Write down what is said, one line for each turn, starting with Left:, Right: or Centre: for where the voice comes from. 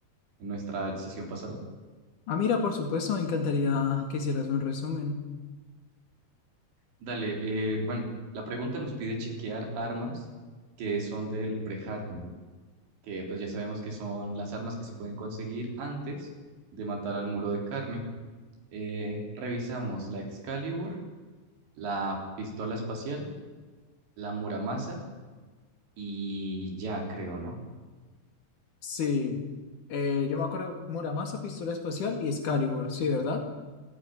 Right: en nuestra sesión pasada?
Left: Ah, mira, por supuesto, me encantaría que hicieras un resumen.
Right: Dale, eh, bueno, la pregunta nos pide chequear armas que son del pre-hard mode, que pues ya sabemos que son las armas que se pueden conseguir antes de matar al muro de carne. Eh, revisamos la Excalibur, la pistola espacial, la Muramasa y ya creo, ¿no?
Left: Sí, eh, yo me acuerdo Muramasa, Pistola Espacial y Excalibur, sí, ¿verdad?